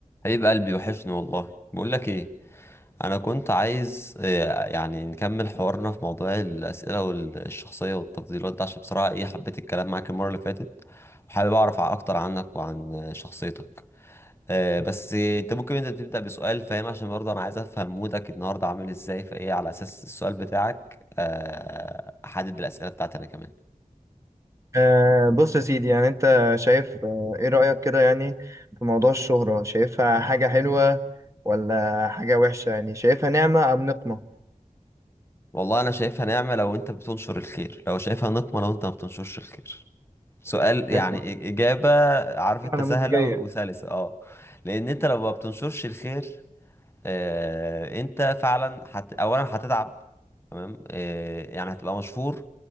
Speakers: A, on the left; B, on the right.
A: حبيب قلبي وحشني والله بقول لك ايه انا كنت عايز آه، يعني نكمل حوارنا في موضوع الاسئله والشخصيه والتفضيلات ده عشان بصراحه ايه حبيت الكلام معاك المره اللي فاتت وحابب اعرف ع- اكتر عنك وعن آه، شخصيتك آه، بس آه، انت ممكن انت تبدا بسؤال فاهم عشان برضه انا عايز افهم مودك النهارده عامل ازاي فايه على اساس السؤال بتاعك آه، احدد الاسئله بتاعتي انا كمان
B: آه بص يا سيدي يعني انت شايف آه ايه رأيك كده يعني في موضوع الشهرة شايفها حاجة حلوة ولا حاجة وحشة يعني شايفها نعمة أم نقمة
A: والله انا شايفها نعمه لو انت بتنشر الخير لو شايفها نقمه لو انت ما بتنشرش الخير سؤال
B: حلو
A: يعني إج- إجابة عارف أنت
B: انا
A: سهلة
B: نموذجيه
A: و- وسلسة أه لأن أنت لو ما بتنشرش الخير آه أنت فعلا هت... أولا هتتعب تمام آه يعني هتبقى مشهور